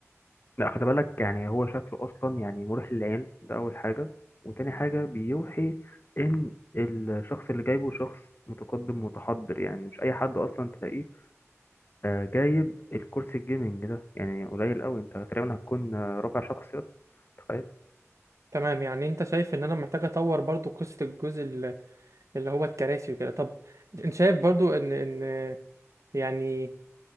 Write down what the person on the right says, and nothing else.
تمام يعني انت شايف ان انا محتاج اطور برضو قصه الجزء ال- اللي هو الكراسي وكده طب انت شايف برضو ان ان يعني